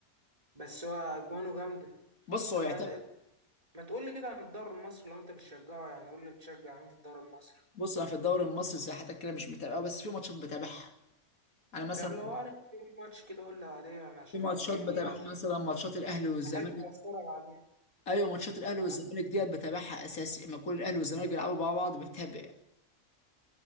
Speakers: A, on the right (about 25°); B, on the left (about 85°).
A: بس هو اجوانه جامدة
B: بص
A: طب
B: هو يعتبر
A: ما ما تقول لي كده عن الدوري المصري لو انت بتشجعه يعني قول لي بتشجع مين في الدوري المصري
B: بص انا في الدوري المصري زي حياتك كده مش متابعه بس في ماتشات بتابعها انا مثلا
A: طب لو عارف ايه ماتش كده قول لي عليه يعني عشان
B: في ماتشات
A: ممكن
B: بتابعها
A: يعني
B: مثلا ماتشات الاهلي والزمالك
A: احب اتفرج عليه
B: ايوه ماتشات الاهلي والزمالك
A: أه.
B: ديت بتابعها اساسي لما يكون الاهلي والزمالك بيلعبوا مع بعض بتابع